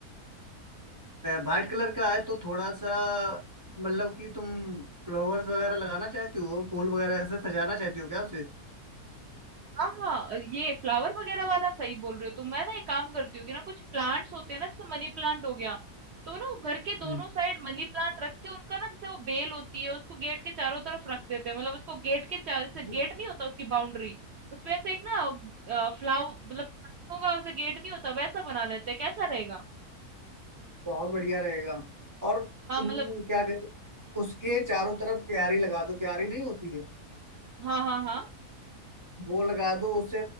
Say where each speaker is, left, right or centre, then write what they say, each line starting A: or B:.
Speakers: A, on the right; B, on the right.
A: वाइट कलर का है तो थोड़ा सा मतलब कि तुम फ्लावर्स वगैरह लगाना चाहती हो फूल वगैरह ऐसे सजाना चाहती हो क्या उसे
B: हाँ, हाँ, ये फ्लावर वगैरह वाला सही बोल रहे हो तुम मैं ना एक काम करती हूँ कि ना कुछ प्लांट्स होते हैं ना जैसे मनी प्लांट हो गया तो ना वो घर के दोनों
A: हम्म,
B: साइड मनी प्लांट रख के उनका ना जैसे वो बेल होती है उसको गेट के चारों तरफ रख देते हैं मतलब उसको गेट के चार जैसे
A: हम्म।
B: गेट नहीं होता उसकी बाउंड्री उसमें ऐसे एक ना फ्लावर मतलब पत्तों का वैसे गेट नहीं होता वैसा बना लेते हैं कैसा रहेगा
A: बहुत बढ़िया रहेगा और तुम
B: हाँ मतलब
A: क्या कहते उसके चारों तरफ क्यारी लगा दो क्यारी नहीं होती है
B: हाँ हाँ हाँ
A: वो लगा दो उसे